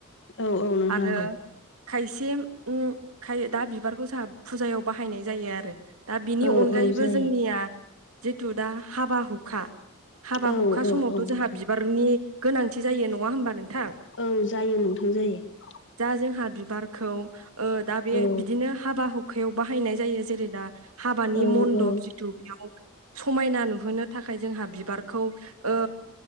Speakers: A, on the left (about 60°); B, on the right (about 75°).
A: औ औ नोंथां
B: आरो
A: औ
B: खायसे ओम खाय दा बिबारखौ जोंहा फुजायाव बाहायनाय जायो आरो। दा बिनि
A: औ
B: अनगायैबो
A: औ जायो
B: जोंनिया जिथु दा हाबा हुखा, हाबा
A: औ
B: हुखा
A: औ
B: समावथ'
A: औ नोंथां
B: जोंहा बिबारनि गोनांथि जायो नङा होमबा नोंथां?
A: ओं जायो नोंथां जायो।
B: दा जोंहा बिबारखौ ओ दा बे
A: औ
B: बिदिनो हाबा हुखायाव बाहायनाय जायो जेरै दा हाबानि
A: औ
B: मन्दप
A: औ
B: जिथु बेयाव समायना नुहोनो थाखाय जोंहा बिबारखौ ओ